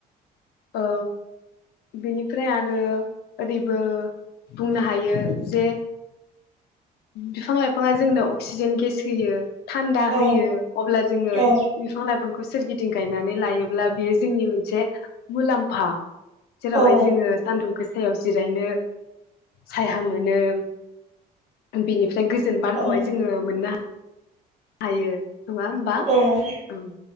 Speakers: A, on the left; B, on the right.
A: ओ बेनिफ्राय आरो ओरैबो बुंनो हायो जे बिफां लाइफाङा जोंनो अक्सिजेन गेस होयो। थान्दा
B: औ
A: होयो अब्ला जोङो
B: औ
A: बिफां लाइफां खौ सोरगिदिं गायनानै लायोब्ला बेयो जोंनि मोनसे मुलामफा जेरावहाय
B: औ
A: जोङो सान्दुंगोस सायाव जिरायनो साया मोनो बिनिफ ओमफ्राय गोजोन बारखौहाय
B: औ
A: जोङो मोननो हा हायो। होमबा
B: औ
A: ओं